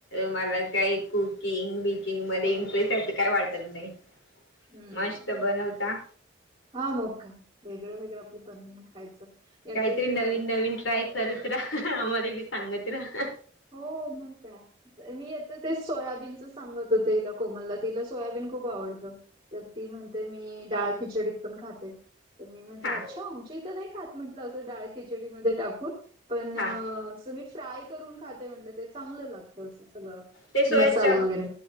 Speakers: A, on the left; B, on the right.
A: मला काही कुकिंग, बेकिंग मध्ये इंटरेस्ट आहे अस काय वाटत नाही.
B: हम्म
A: मस्त बनवता
B: हा मग काय वेगळं वेगळं आपलं बनवून खायचं. आता
A: काहीतरी
B: हिला
A: नवीन नवीन ट्राय करत राहा आम्हाला मी सांगत राहा.
B: हो मग काय? मी येतं ते सोयाबीनच सांगत होते हिला कोमलला तिला सोयाबीन खूप आवडतं. तर ती म्हणते मी डाळ खिचडीत पण खाते. तर मी म्हटलं
A: हा
B: अच्छा आमच्याइथे तर नाही खात म्हटलं असं डाळ खिचडीमध्ये टाकून पण
A: हा
B: अस मी फ्राय करून खाते म्हटलं ते चांगलं लागत अस सगळं.
A: ते सोया
B: मसाला
A: चंक
B: वगैरे